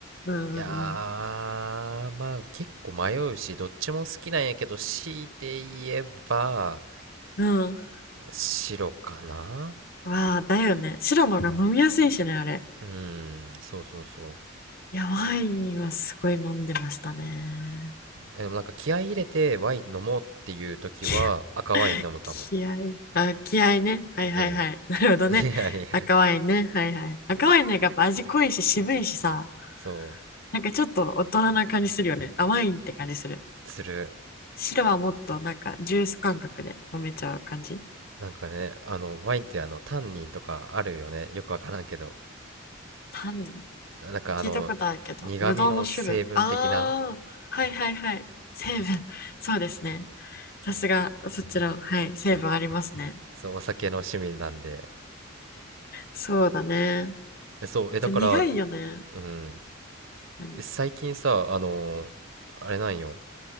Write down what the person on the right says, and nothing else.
いやー、まあ結構迷うし、どっちも好きなんやけど、強いて言えば、
白かな
うん、そうそうそう。
えでもなんか気合い入れてワイン飲もうっていう時は赤ワイン飲むかも。
うん。
<laughs> いやいや、
そ
う、する。
なんかね、あの、ワインってあの、タンニンとかあるよね。よくわからんけど。
ななんかあの、
苦味の成分的な、
そう、お酒の趣味なんで。
えそう、え、だから、
うん。
最近さ、あのーあれなんよ、